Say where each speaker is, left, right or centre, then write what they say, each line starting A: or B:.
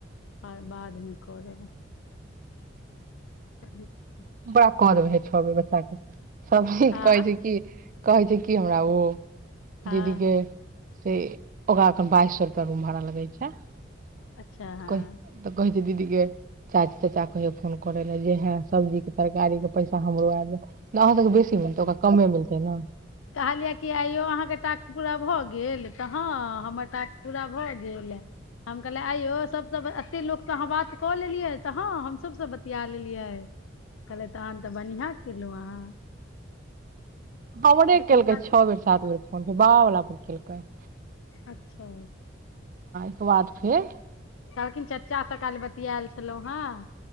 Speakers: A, on the left (about 80°); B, on the right (about 45°).
A: आ बादमे करब चलू ठीक।
B: बड़ाक बादबै <unintelligible> छ बे बच्चाे <unintelligible> सब ठीक
A: आ
B: कहैत छै कि कहैत छै की हमरा ओ
A: हँ
B: दीदी केँ <unintelligible> दीके से ओक बइ स रप रूम भाड़ा लगैत छैक
A: अच्छा हँ
B: तऽ कहै छै दीदी केँ चा च कहि फोन करै लए जेए हइ सब्जी केँ तरकारी केँ पैसा हमरो आ त अहाँ तक बेसी मतै ओरा कमे मिलत तना
A: कहलियै कि आइयौ अहाँके टास्क पूरा भऽ गेल तऽ हँ हमर टास्क पूरा भऽ गेल हम कहलियै आइयो सबसँ एते लोक त अहाँ बात कऽ लेलियै तऽ हँ हमसभसँ बतिया लेलियै कहलै तहन तऽ बढ़िआँ खेलहुँ अहाँ
B: हमरे
A: लेकिन
B: केलक
A: हुनका सब-
B: छओ बेर सात बेर फोन बाहला िकलक <inaudible>
A: अच्छा
B: केँ बाद फेर
A: कहलखिन चचासँ काइल बतियाएल छलहुँ हेँ